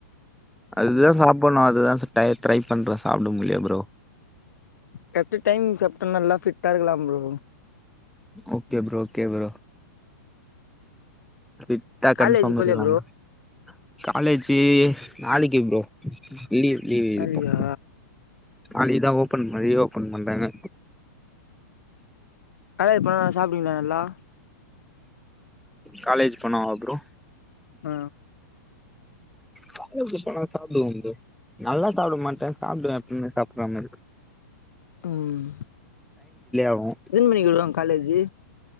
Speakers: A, in the centre; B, on the left (about 75°).
A: அதுதா சாப்ணு அதுதா டரை ட்ரை பண்றேன் சாப்புட முடியல ப்ரோ
B: கரெட் டைம் சாப்புட்டா நல்லா ஃபிட்டா இருக்கலா bro
A: okay bro okay bro ஃபிட்டா கன்ஃபார்ம்
B: காலேஜ் போலயா
A: இருக்கலா ப்ரோ காலேஜு நாளைக்கி ப்ரோ லீவ் லீவ் இது
B: நாளைக்கா
A: இப்போ நாளைக்குதா ஓப் ஓப்பன் மாரி ரஓப்பன் பண்றாங்க
B: அத பழே சாப்புடுவீங்களா நல்லா
A: காலேஜு பணோ அப்றோ
B: ஆ
A: காலேஜி போனா சாப்பிடுவோ ப்ரோ நல்லா சாப்ட மாட்டேன் சாப்டுவேன் எப்பயுமே சாப்டுற மாரி
B: ம்
A: ஆகும்
B: எத்தன்ன மணிக்கு விடுவாங்க காலேஜு